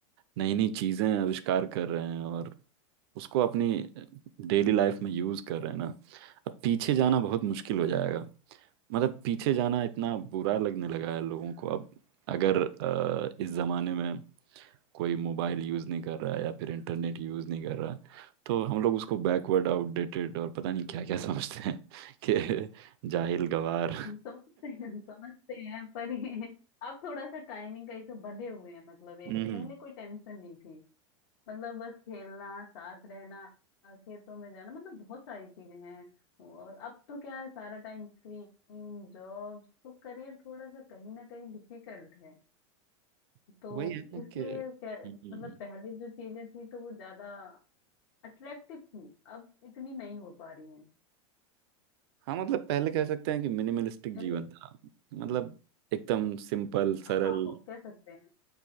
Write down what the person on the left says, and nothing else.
समझते हैं समझते हैं पर ये अब थोड़ा सा टाइमिंग का इसे बंधे हुए हैं मतलब एक
पहले कोई टेंशन नहीं थी मतलब बस खेलना साथ रहना खेतों में जाना मतलब बहुत सारी चीजें हैं और अब तो क्या है सारा टाइम स्क्रीन जॉब तो करियर थोड़ा सा कहीं ना कहीं डिफिकल्ट है
तो
इसलिए
क्या
मतलब पहले जो चीजें थी तो वो ज्यादा अट्रैक्टिव थी अब इतनी नहीं हो पा रही हैं
पहले
हाँ हो कह सकते हैं